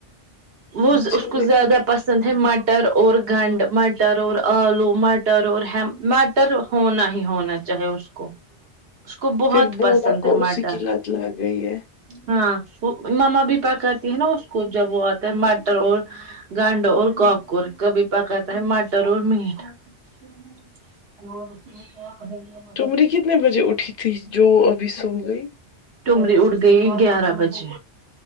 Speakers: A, on the right; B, on the left.
A: وہ
B: اچھا
A: اس کو
B: دیکھا
A: زیادہ پسند پسند ہے مٹر اور گنڈ مٹر اور اور آلو مٹر اور مٹ تر ہونا ہی ہونا چاہے اس کو اس کو بہت
B: پھر بولا
A: پسند
B: کو
A: ہے مٹر
B: اسی کی لت لگ گئی ہے
A: ہاں وہ مما بھی پکاتی ہے نا اس کو جب وہ آتا ہے مٹر اور گنڈ اور کاکر کبھی پکاتا ہے مٹر اور میٹ <inaudible> <inaudible>
B: تمری کتنے بجے اٹھی تھی جو ابھی سو گئی
A: ٹمری اٹھ گئی گیارہ بجے